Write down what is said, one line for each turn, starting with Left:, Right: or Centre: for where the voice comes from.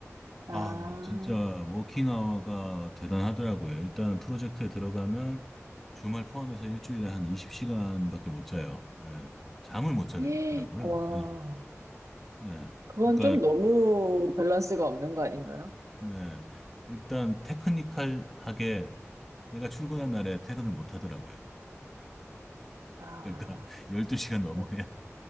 Right: 아,
Centre: 아 진짜 워킹 아워가 대단하더라고요. 일단 프로젝트에 들어가면 주말 포함해서 일주일에 한 20시간밖에 못 자요. 예, 잠을 못 자겠더라고요.
Right: 예, 와.
Centre: 예, 예.
Right: 그건
Centre: 그러니까
Right: 좀 너무 밸런스가 없는 거 아닌가요?
Centre: 네. 일단 테크니컬하게 내가 출근한 날에 퇴근을 못 하더라고요.
Right: 아,
Centre: 그러니까 <laughs> 12시간 넘어야
Right: 그,